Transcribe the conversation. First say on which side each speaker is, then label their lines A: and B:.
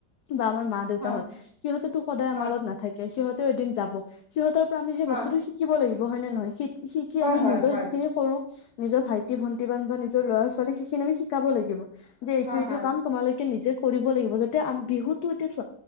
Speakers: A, on the left; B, on the left.
A: বা আমাৰ মা
B: হয়
A: দেউতাহত, সিহঁতেটো সদায়
B: হয়
A: আমাৰ লগত নাথাকে সিহঁতেও এদিন যাব, সিহঁতৰ পৰা আমি সেই
B: হয়
A: বস্তুটো শিক শিকিব লাগিব হয় নে নহয়? শি-শিকি
B: হয়
A: আমি নিজৰ
B: হয়
A: যিখিনি সৰু নিজৰ ভাইটি ভন্টি বান্ধ বা নিজৰ ল'ৰা ছোৱালী সেইখিনি আমি শিকাব লাগিব, যে এইটো
B: হয়
A: এইটো
B: হয়
A: কাম তোমালৈ নিজে কৰিব লাগিব যাতে আম বিহুতো এতিয়া চোৱা